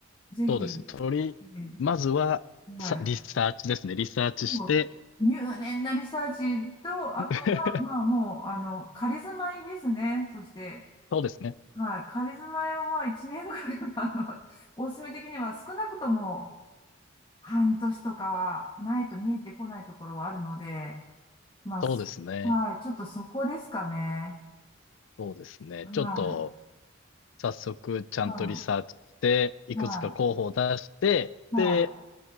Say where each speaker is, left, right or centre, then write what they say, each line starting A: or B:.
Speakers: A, on the left (about 20°); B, on the left (about 70°).
A: ぜひ、
B: そうですね。とり、
A: え
B: まずは、
A: ーはい。
B: さ、リサーチですね。リサーチして
A: もう入念なリサーチと、あとは、
B: <laughs>
A: まあもう、あの、仮住まいですね。そして、
B: そうですね。
A: はい、仮住まいをまあ1年ぐらいは、あの、<laughs> おすすめ的には少なくとも半年とかはないと見えてこないところはあるので、まあ、
B: そうですね。
A: すはい、ちょっとそこですかね。
B: そうですね。
A: はい、
B: ちょっと、早速、ちゃんとリサーチして、
A: はい、
B: いくつか候補を出して、
A: はい、
B: で、
A: は